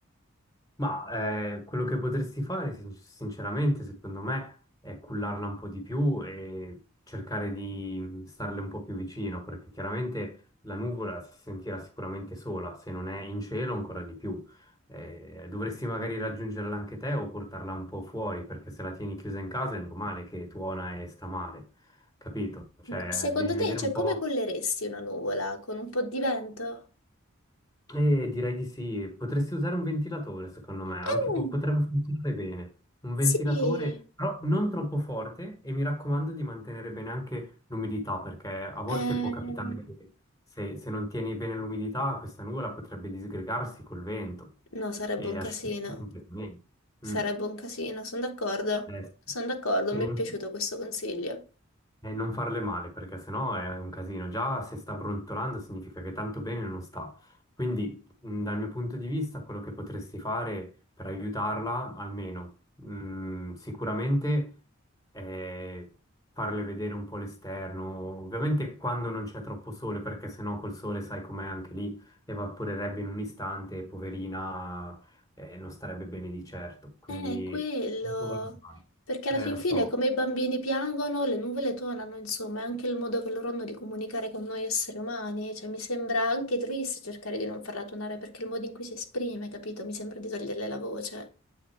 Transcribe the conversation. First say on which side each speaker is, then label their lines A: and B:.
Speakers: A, on the left (about 15°); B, on the left (about 85°).
A: Ma eh, quello che potresti fare, sin- sinceramente, secondo me, è cullarla un po' di più e cercare di starle un po' più vicino, perché chiaramente la nuvola si sentirà sicuramente sola, se non è in cielo ancora di più. Eh, dovresti magari raggiungerla anche te o portarla un po' fuori, perché se la tieni chiusa in casa è normale che tuona e sta male, capito? Cioè,
B: Secondo
A: devi
B: te,
A: vedere
B: cioè,
A: un po'...
B: come colleresti una nuvola? Con un po' di vento?
A: Eh, direi di sì, potresti usare un ventilatore, secondo me, anche
B: Eh,
A: po- potrebbe funzionare bene. Un ventilatore,
B: Sì,
A: però non troppo forte e mi raccomando di mantenere bene anche l'umidità, perché a volte
B: eh,
A: può capitare che se, se non tieni bene l'umidità, questa nuvola potrebbe disgregarsi col vento
B: no, sarebbe
A: e
B: un
A: asciugarsi
B: casino.
A: completamente.
B: Sarebbe
A: Mm.
B: un casino, sono d'accordo.
A: Eh, sì.
B: Sono d'accordo,
A: Tieni-
B: mi è piaciuto questo consiglio.
A: e non farle male, perché sennò è un casino. Già se sta brontolando significa che tanto bene non sta. Quindi, mh, dal mio punto di vista, quello che potresti fare per aiutarla, almeno, mh, sicuramente è farle vedere un po' l'esterno. Ovviamente quando non c'è troppo sole, perché sennò col sole, sai com'è, anche lì evaporerebbe in un istante, e poverina, eh, non starebbe bene di certo. Quindi,
B: Eh, quello,
A: un po' valutare.
B: perché
A: eh,
B: alla fin
A: lo so.
B: fine come i bambini piangono, le nuvole tonano, insomma, è anche il modo che loro hanno di comunicare con noi esseri umani, cioè mi sembra anche triste cercare di non farla tonare perché il modo in cui si esprime, capito? Mi sembra di toglierle la voce.